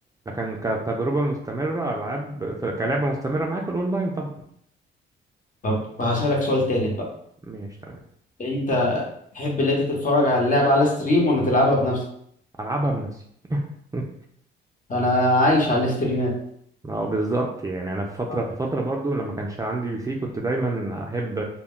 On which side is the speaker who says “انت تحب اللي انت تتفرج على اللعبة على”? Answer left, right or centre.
Left